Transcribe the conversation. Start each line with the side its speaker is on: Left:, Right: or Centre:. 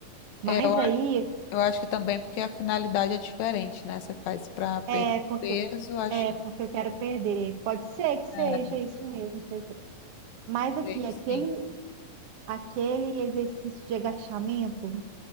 Right: Mas
Left: é, eu
Right: aí
Left: acho, eu acho que também porque a finalidade é diferente, né? Você faz para perder
Right: É porque
Left: peso, acho
Right: é
Left: que
Right: porque eu quero perder. Pode ser que seja
Left: é,
Right: isso mesmo. seja- Mas aqui,
Left: creio que
Right: aquele
Left: sim.
Right: aquele exercício de agachamento